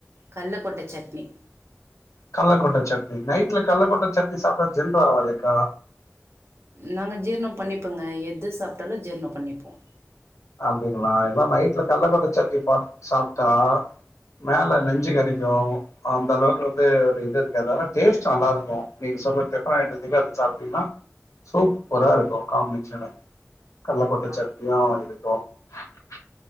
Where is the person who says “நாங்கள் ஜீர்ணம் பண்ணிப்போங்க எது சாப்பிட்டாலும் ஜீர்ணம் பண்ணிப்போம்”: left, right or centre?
Right